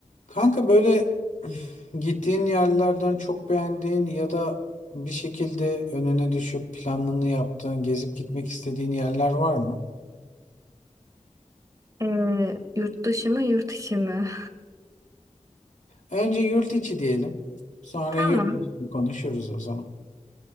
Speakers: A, on the left (about 80°); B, on the right (about 25°).
A: Kanka böyle <sighs> gittiğin yerlerden çok beğendiğin ya da bir şekilde önüne düşüp planını yaptığın, gezip gitmek istediğin yerler var mı?
B: Ee, yurt dışı mı yurt içi mi?
A: Önce yurt içi diyelim. Sonra
B: <laughs> Tamam.
A: yurt dışı konuşuruz o zaman.